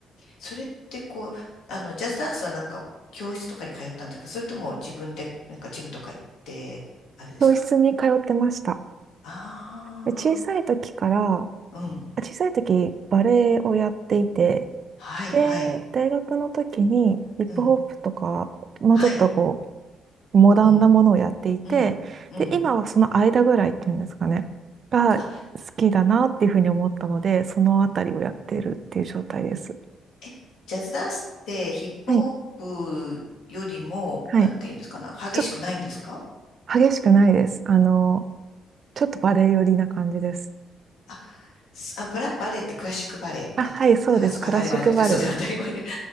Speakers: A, on the left; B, on the right.
A: それってこう、あの、ジャズダンスはなんか教室とかに通ったんですかそれとも自分でなんかジムとか行って、あれですか
B: 教室に通ってました。
A: あ
B: で小さい時から、
A: あー、うん。
B: あ小さい時バレエをやっていて、
A: はい、
B: で、
A: はい。
B: 大学の時にヒップホップとか、
A: うん。
B: もうちょっとこ
A: はい。
B: モダンなものをやっていて、
A: うん、うん、うん。
B: で、今はその間ぐらいっていうんですかね、が好
A: あ、
B: きだなっていうふうに思ったので、そのあたりをやってるっていう状態です。
A: え、ジャズダンスってヒップホップよりも、
B: はい。はい。
A: なんていうんですかな、激しくないんですか
B: ちょっと激しくないです。あの、ちょっとバレエ寄りな感じです。
A: あ、すあ、ブラ、バレエってクラシックバレエなんです。
B: あ、はい、そうです。
A: あ、そ当たり前ですね。
B: クラシックバレエです。
A: <laughs> そうですね。当たり前で。